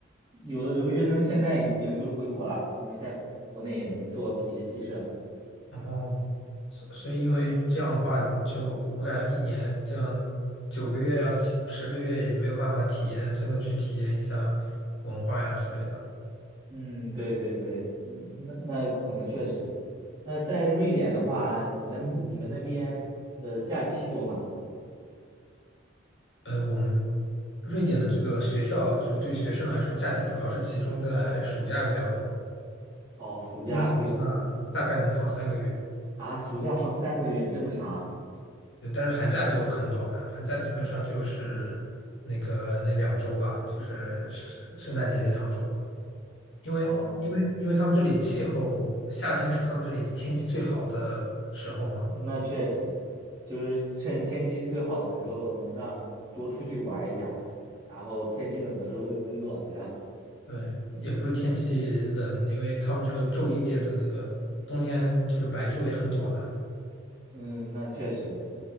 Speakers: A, on the right (about 25°); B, on the left (about 60°).
A: 有的留学生现在已经就回国了，因为在国内也能做毕毕设。
B: 哦，所所以因为这样的话，就我感觉一年这样九个月呀、七十个月也没有办法体验，真的去体验一下文化呀之类的。
A: 嗯，对对对，嗯，那那可能确实。那在瑞典的话，你那你们那边呃假期多吗？
B: 呃，我们瑞典的这个学校，就是对于学生来说，假期主要是集中在暑假比较多，
A: 哦，暑假会。
B: 那们暑假大概能放三个月。
A: 啊，暑假放三个月，这么长？
B: 对，但是寒假就很短，寒假基本上就是那个那两周吧，就是圣圣诞节那两周吧。因为因为因为他们这里气候，
A: 哦，
B: 夏天是他们这里天气最好的时候嘛。
A: 那确实，就是趁天气最好的时候，能让多出去玩儿一下，然后天气冷的时候就工作，对吧？
B: 对，也不是天气冷，因为他们这个昼夜的那个冬天就是白昼也很短。
A: 嗯，那确实，